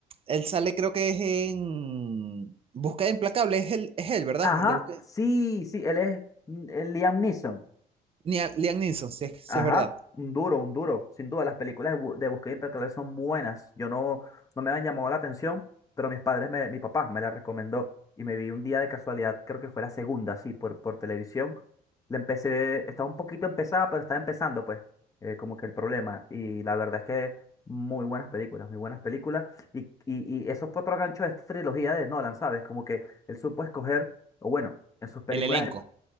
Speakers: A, on the right (about 35°); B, on the left (about 20°).
A: Él sale, creo que es en Búsqueda Implacable, es él, es él, ¿verdad?
B: Ajá,
A: El de Búsqueda.
B: sí, sí, él es mm, eh, Liam Neeson.
A: Liam Neeson, si es,
B: Ajá,
A: si es verdad.
B: un duro, un duro. Sin duda, las películas de, Bu- de Buscado y Implacable son buenas. Yo no, no me han llamado la atención, pero mis padres, me- mi papá me la recomendó. Y me vi un día de casualidad, creo que fue la segunda, sí, por, por televisión. La empecé, estaba un poquito empezada, pero estaba empezando, pues, eh, como que el problema. Y la verdad es que muy buenas películas, muy buenas películas. Y, y, y eso fue otro gancho de esta trilogía de Nolan, ¿sabes? Como que él supo escoger, o bueno, en sus películas.
A: El elenco.